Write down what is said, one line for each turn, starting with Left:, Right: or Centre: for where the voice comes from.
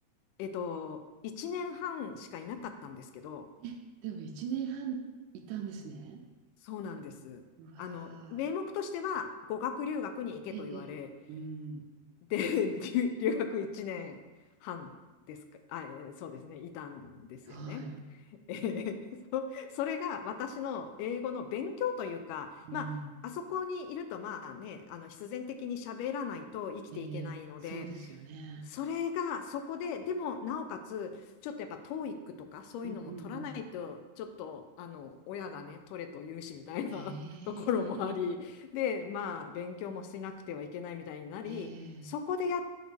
Left: えっと、1年半しかいなかったんですけど、
Right: え、でも1年半いたんですね。
Left: そうなんです。
Right: うわ
Left: あの、名目としては語学留学に行けと言われ、
Right: ー。ええええうん。
Left: で、留、<laughs> 留学1年半ですか、あ、えーそうですね、いたんですよね。
Right: はい。
Left: えーそ、それが私の英語の勉強というか、
Right: うん。
Left: まあ、あそこにいると、まあね、あの必然的に喋らないと生きていけないので、
Right: ええ、そうですよね。
Left: それがそこで、でもなおかつ、ちょっとやっぱトーイックとかそういうのも取らないと、
Right: うんうん
Left: ちょっとあの親がね、取れと言うしみたいな
Right: ええ、
Left: <laughs> ところもあり、で、まあ、勉強もしなくてはいけないみたいになり、
Right: ええ、
Left: そこでやっ